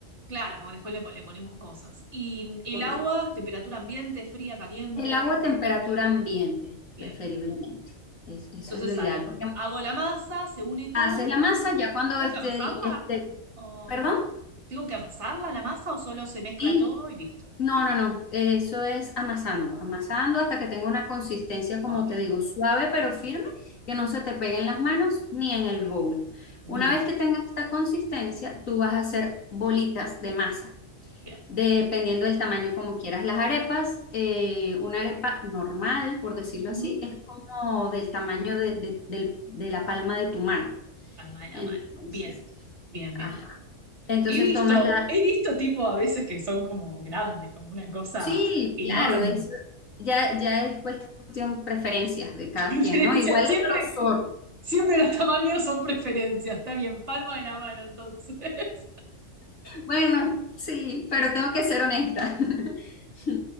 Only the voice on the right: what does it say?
Claro, porque después le, pon- le ponemos cosas. Y el
agua, temperatura ambiente, fría, caliente.
Bien.
Entonces
ahí, bueno,
hago la masa, se une todo.
¿Tengo
que amasarla?
¿O
tengo que amasarla la masa o solo se mezcla
todo y listo?
Suave.
Nice.
Bien,
bien.
Ujú.
Palma de la
mano. Bien, bien,
bien.
He visto,
he visto tipo a veces que son como grandes, como una cosa
enorme.
<laughs> Preferencia,
siempre,
siempre los tamaños son preferencias. Está bien, palma de la mano entonces. <laughs>